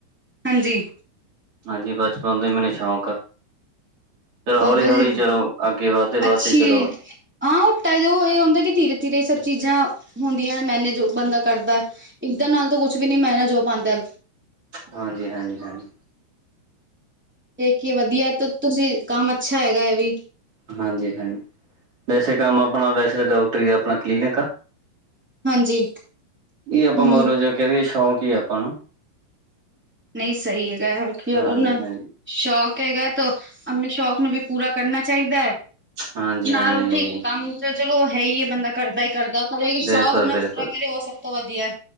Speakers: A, in the centre; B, on the right.
A: ਹਾਂਜੀ।
B: ਹਾਂਜੀ, ਬਚਪਨ ਤੋਂ ਈ ਮੈਨੂੰ ਸ਼ੌਕ ਆ। ਤੇ ਉਹ
A: ਬਾਬਾ
B: ਹੌਲੀ-ਹੌਲੀ‌
A: ਜੀ
B: ਚਲੋ, ਅੱਗੇ ਵੱਧਦੇ-ਵੱਧਦੇ
A: ਅੱਛੀ
B: ਚਲੋ
A: ਹਾਂ, ਉਟਾ ਉਹ ਇਹ ਹੁੰਦਾ ਕਿ ਧੀਰੇ- ਧੀਰੇ ਇਹ ਸਭ ਚੀਜ਼ਾਂ ਹੁੰਦੀਆਂ ਮੈਨੇਜ, ਉਹ ਬੰਦਾ ਕਰਦਾ ਇੱਧਾਂ ਨਾਲ ਤਾਂ ਕੁਛ ਵੀ ਨੀ ਮੈਂਨਜ਼ ਹੋ ਪਾਂਦਾ।
B: ਹਾਂਜੀ-ਹਾਂਜੀ-ਹਾਂਜੀ।
A: ਤੇ ਇਕ ਏ ਵਧੀਆ ਤੇ ਤੁਸੀਂ ਕੰਮ ਅੱਛਾ ਹੈਗਾ ਐ ਵੀ
B: ਹਾਂਜੀ-ਹਾਂਜੀ, ਵੈਸੇ ਕੰਮ ਆਪਣਾ, ਵੈਸੇ ਤਾਂ ਡਾਕਟਰੀ ਦਾ ਆਪਣਾ ਕਲੀਨਿਕ ਆ।
A: ਹਾਂਜੀ
B: ਇਹ ਆਪਾਂ
A: ਹੂੰ
B: ਮਤਲਬ ਜੇ ਕਹਿ ਦੀਏ ਸ਼ੌਂਕ ਈ ਏ ਆਪਾਂ ਨੂੰ
A: ਨਹੀਂ, ਸਹੀ ਹੈਗਾ ਕਿ ਓ
B: ਹਾਂਜੀ
A: ਉਹਨਾ
B: ਹਾਂਜੀ
A: ਸ਼ੌਕ ਹੈਗਾ ਤੋ ਆਪਣੇ ਸ਼ੌਕ ਨੂੰ ਵੀ ਪੂਰਾ ਕਰਨਾ ਚਾਹੀਦਾ।
B: ਹਾਂਜੀ
A: ਨਾਲ
B: ਹਾਂਜੀ
A: ਉਥੇ ਈ ਕੰਮ ਤੇ ਚਲੋ ਹੈ ਈ ਏ ਬੰਦਾ ਕਰਦਾ ਈ ਕਰਦਾ, ਪਰ ਇਹ ਕੀ
B: ਬਿਲਕੁਲ
A: ਸ਼ੌਕ ਅਪਣਾ
B: ਬਿਲਕੁਲ
A: ਪੂਰਾ ਕਰੇ, ਉਹ ਸਭ ਤੋਂ ਵਧੀਆ।